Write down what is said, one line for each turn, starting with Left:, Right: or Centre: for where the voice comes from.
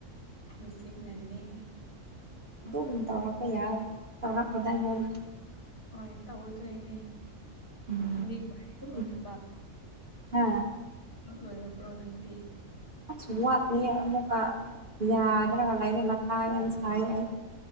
Left: ꯍꯧꯖꯤꯛꯅꯅꯦ
Right: ꯑꯗꯨꯝ ꯇꯧꯔꯛꯄ ꯌꯥꯝ ꯇꯧꯔꯛꯑꯣꯗ ꯑꯩꯉꯣꯟꯗ
Left: ꯍꯣꯏ ꯇꯧꯗꯣꯏꯅꯦ
Right: ꯎꯝ
Left: ꯅꯪꯗꯤ ꯂꯣꯏꯔꯕ꯭ꯔꯣ
Right: ꯑꯗꯨꯝ
Left: ꯊꯕꯛ
Right: ꯍꯥ
Left: ꯃꯛ ꯂꯣꯏꯔꯕ꯭ꯔꯣ ꯅꯪꯗꯤ
Right: ꯑꯥꯠꯆ ꯋꯥꯠꯂꯤꯌꯦ ꯑꯃꯨꯛꯀ ꯌꯥꯗ꯭ꯔꯒ ꯂꯩꯔꯦ ꯃꯊꯥ ꯌꯥꯝ ꯁꯥꯏ ꯑꯩ